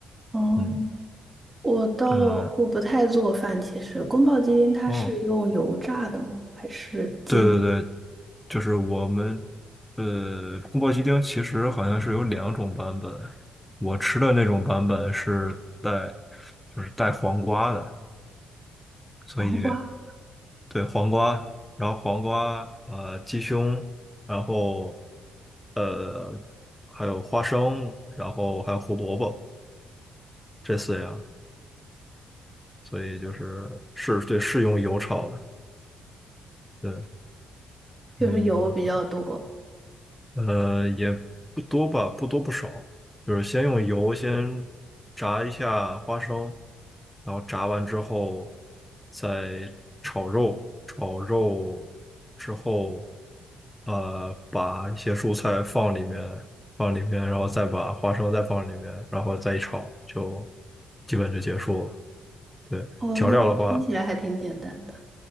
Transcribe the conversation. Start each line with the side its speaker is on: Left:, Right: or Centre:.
Right: 哦，
Centre: 嗯，
Right: 我倒我不太做饭，
Centre: 嗯，
Right: 其实宫保鸡丁它是用油炸的吗？
Centre: 哦，
Right: 还是煎
Centre: 对对对，就是我们呃，宫保鸡丁其实好像是有两种版本，我吃的那种版本是带就是带黄瓜的，所以
Right: 黄瓜？
Centre: 对黄瓜，然后黄瓜呃鸡胸，然后呃还有花生，然后还有胡萝卜这四样，所以就是是对是用油炒的，对，
Right: 就是油比较多。
Centre: 嗯。呃，也不多吧，不多不少，就是先用油先炸一下花生，然后炸完之后再炒肉，炒肉之后，呃，把一些蔬菜放里面，放里面，然后再把花生再放里面，然后再一炒，就基本就结束了。对，
Right: 哦，
Centre: 调料的话。
Right: 那听起来还挺简单的。